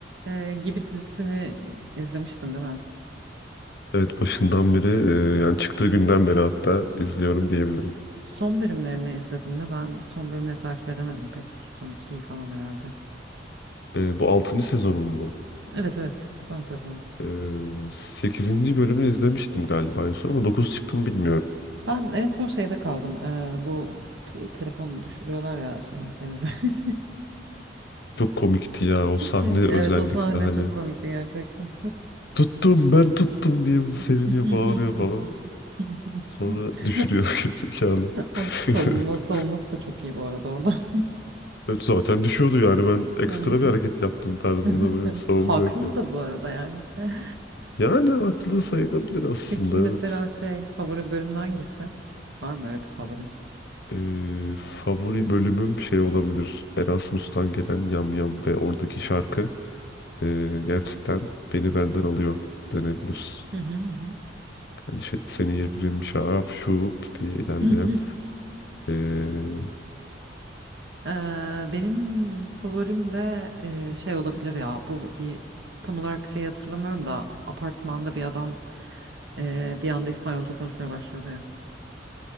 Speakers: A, on the right; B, on the left.
A: e, gibi dizisini izlemiştin değil mi?
B: Evet başından beri e, yani çıktığı günden beri hatta izliyorum diyebilirim.
A: Son bölümlerini izledin mi? Ben son bölümleri takip edemedim pek. Son ikiyi falan herhalde.
B: E, bu altıncı sezonun mu?
A: Evet evet son sezon.
B: E, 8. bölümünü izlemiştim galiba en son ama 9 çıktım bilmiyorum.
A: Ben en son şeyde kaldım. e, bu p- telefonu düşürüyorlar ya şey denize. <laughs>
B: Çok komikti ya o sahne
A: Evet
B: özellikle
A: o sahne
B: hani
A: çok komikti gerçekten.
B: tuttum ben tuttum diye böyle seviniyor
A: <laughs>
B: bağırıyor falan. Sonra düşürüyor <laughs> zekalı.
A: Oradaki
B: <laughs>
A: savunma savunması da çok iyi bu arada orada. <laughs>
B: Evet, zaten düşüyordu yani ben ekstra
A: Evet.
B: bir hareket yaptım tarzında
A: <laughs>
B: böyle bir savunma
A: Haklı
B: yapıyor.
A: da bu arada yani. <laughs>
B: Yani haklı sayılabilir aslında
A: Peki mesela
B: evet.
A: şey favori bölümün hangisi? Var mı öyle bir favorin?
B: Ee, favori bölümüm şey olabilir. Erasmus'tan gelen Yam Yam ve oradaki şarkı ee, gerçekten beni benden alıyor denebilir.
A: Hı hı hı.
B: Hani şey- seni yerim şap şup diye ilerleyen.
A: hı. <laughs>
B: Ee,
A: Eee, benim favorim de eee, şey olabilir ya bu bir tam olarak şey hatırlamıyorum da apartmanda bir adam eee, bir anda İspanyolca konuşmaya başlıyordu ya.